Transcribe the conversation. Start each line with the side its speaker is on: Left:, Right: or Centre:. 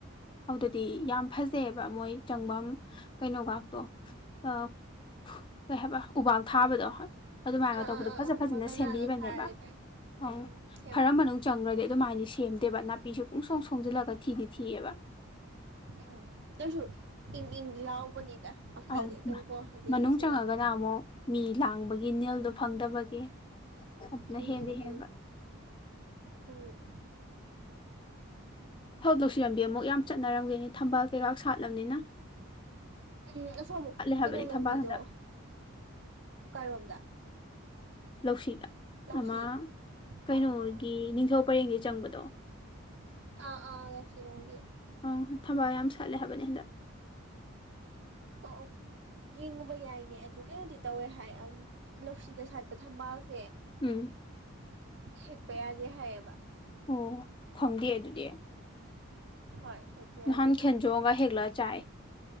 Left: ꯑꯗꯨꯗꯗꯤ ꯌꯥꯝ ꯐꯖꯩꯑꯕ ꯃꯣꯏ ꯆꯪꯐꯝ ꯀꯩꯅꯣꯒꯥꯛꯇꯣ ꯑꯥ ꯀꯩ ꯍꯥꯏꯕ ꯎꯕꯥꯛ ꯊꯥꯕꯗꯣ ꯍꯣꯏ ꯑꯗꯨꯃꯥꯏꯅꯒ
Right: ꯑꯥ ꯑꯥ
Left: ꯇꯧꯕꯗꯣ
Right: ꯑꯥ
Left: ꯐꯖ
Right: ꯑꯥ
Left: ꯐꯖꯅ
Right: ꯎꯃ ꯀꯖꯥꯅ
Left: ꯁꯦꯝꯕꯤꯕꯅꯦꯕ
Right: ꯊꯥꯔ ꯂꯩꯕꯩ ꯎꯝ
Left: ꯑ
Right: ꯎꯝ ꯁꯦꯝꯕꯅꯤ
Left: ꯐꯔꯝꯃꯅꯨꯡ__ ꯆꯪꯒ꯭ꯔꯗꯤ ꯑꯗꯨꯃꯥꯏꯗꯤ ꯁꯦꯝꯗꯦꯕ ꯅꯥꯄꯤꯁꯨ ꯄꯨꯡꯁꯣꯡ ꯁꯣꯡꯖꯤꯜꯂꯒ ꯊꯤꯗꯤ ꯊꯤꯌꯦꯕ
Right: ꯎꯝ ꯑꯗꯨꯏꯁꯨ ꯏꯪ ꯏꯪꯗꯤ ꯂꯥꯎꯕꯅꯤꯗ ꯄꯥꯈꯜꯂꯦꯗꯨꯝ
Left: ꯑꯪ
Right: ꯀꯣ ꯑꯗꯩ
Left: ꯃꯅꯨꯡ
Right: ꯑꯁꯤ
Left: ꯆꯪꯉꯒꯅ
Right: ꯂꯝꯕꯤꯁꯦ
Left: ꯑꯃꯨꯛ ꯃꯤ ꯂꯥꯡꯕꯒꯤ ꯅꯤꯜꯗꯣ ꯐꯪꯗꯕꯒꯤ ꯑꯗꯨꯅ
Right: ꯎꯝ
Left: ꯍꯦꯟꯗꯤ
Right: ꯎꯝ
Left: ꯍꯦꯟꯕ
Right: ꯎꯝ ꯎꯝ
Left: ꯍꯧ ꯂꯧꯁꯤꯔꯝꯕꯤ ꯑꯃꯨꯛ ꯌꯥꯝ ꯆꯠꯅꯔꯝꯒꯤꯅꯤ ꯊꯝꯕꯥꯜ ꯀꯩꯀꯥꯛ ꯁꯥꯠꯂꯞꯅꯤꯅ
Right: ꯎꯝ ꯑꯁꯣꯝ
Left: ꯍꯥꯏꯕꯅꯤ
Right: ꯀꯩꯅꯣ ꯂꯝꯕꯤꯗꯣ
Left: ꯊꯝꯕꯥꯜ ꯍꯟꯗꯛ
Right: ꯀꯥꯏꯔꯣꯝꯗ
Left: ꯂꯧꯁꯤꯗ
Right: ꯂꯧꯁꯤ
Left: ꯑꯃ ꯀꯩꯅꯣꯒꯤ
Right: ꯑꯥ ꯑꯥ
Left: ꯅꯤꯡꯊꯧ ꯄꯔꯦꯡꯗꯩ ꯆꯪꯕꯗꯣ
Right: ꯑꯥ ꯑꯥ ꯂꯧꯁꯤꯔꯣꯝꯒꯤ
Left: ꯑ ꯊꯕꯥꯜ ꯌꯥꯝ ꯁꯥꯠꯂꯦ ꯍꯥꯏꯕꯅꯤ ꯍꯟꯗꯛ
Right: ꯑꯣ ꯑꯣ ꯌꯦꯡꯉꯨꯕ ꯌꯥꯏꯅꯦ ꯑꯗꯨ ꯀꯩꯅꯣꯗꯤ ꯇꯧꯋꯦ ꯍꯥꯏ ꯑꯝ ꯂꯧꯁꯤꯗ ꯁꯥꯠꯄ ꯊꯝꯕꯥꯜꯁꯦ
Left: ꯎꯝ
Right: ꯍꯦꯛꯄ ꯌꯥꯗꯦ ꯍꯥꯏꯌꯦꯕ
Left: ꯑꯣ ꯈꯪꯗꯦ ꯑꯗꯨꯗꯤ
Right: ꯍꯣꯏ ꯌꯥꯗꯦ
Left: ꯅꯍꯥꯟ
Right: ꯍꯥꯏ
Left: ꯈꯦꯟꯖꯣꯡꯒ ꯍꯦꯛꯂ ꯆꯥꯏ